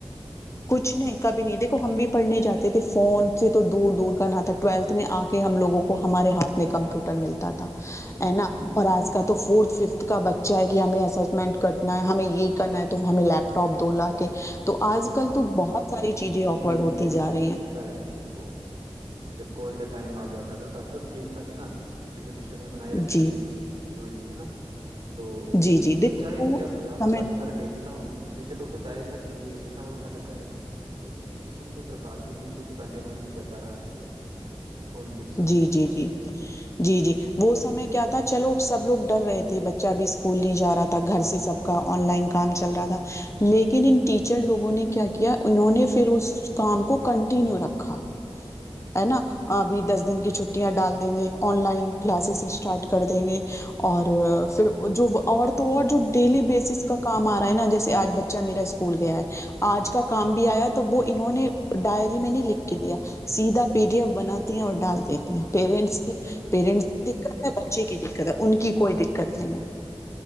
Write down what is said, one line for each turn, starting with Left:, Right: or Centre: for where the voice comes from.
Left: کچھ نہیں کبھی نہیں دیکھو ہم بھی پڑھنے جاتے تھے فون سے تو دور دور کا نہ تھا ٹویلتھ میں آ کے ہم لگوں کو ہمارے ہاتھ میں کمپیوٹر ملتا تھا
Right: بالکل
Left: ا نا اور آج کال تو فورتھ ففتھ کا بچہ ہے کہ ہمیں اسمنٹ کرنا ہے ہمیں یہ کرنا ہے تو ہمیں لیپ ٹپ دو لاک کے تو آج کل تو بہت ساری چیزیں آکورڈ
Right: نہیں
Left: ہوتی
Right: مجھے اے،
Left: جا رہی ہیں
Right: لگتا دیکھو جب کووڈ کا ٹائم آ گیا تھا تو تب تو ٹھیک تھا نا کیونکہ ڈسٹینس بنائی رکھنی
Left: جی
Right: تھی دوری ہے نا تو
Left: جی جی دیکھو
Right: سر چاہے توے
Left: وہ
Right: جب
Left: ہمیں
Right: حالات سدھر گئے تھے ہم ٹیچر لوگ کو چاہے تھا کہ یہ سسٹم اب ختم کرے لیکن کسی نے تو پھر بات ہی نہیں کی تو کنٹینیوسلی چلتا رہا پھر یہ فون پہ ہی سب
Left: جی
Right: کچھ
Left: جی جی جی جی وہ سمے کیا تھا چلو سب لوگ ڈر رہے تھے بچہ بھی اسکول نہیں جا رہا تھا گھر سے سب آن لائن کام چل رہا تھا لیکن ان ٹیچر لوگوں نے کیا کیا انہوں نے پھر اس اس کام کو کنٹینیو رکھا
Right: بالکل
Left: ہے نا ابھی دس دن کی چھٹیاں ڈال دیں گے آن لائن کلاسز اسٹارٹ کر دیں گے اور پھر جو اور تو اور جو ڈیلی بیسس کا کام آ رہا ہے نا جیسے آج بچہ میرا اسک کول گیا ہے آج کا کام بھی آیا تو وہ انہوں نے ڈائری میں نہیں لکھ کے دیا سیدھا پیری ایف بناتی ہیں اور ڈال دیتی ہیں پیرنٹس کے
Right: بالکل
Left: پیرنٹس دقت ہے بچے کی دقت ہے ان کی کوئی دقت نہیں ہے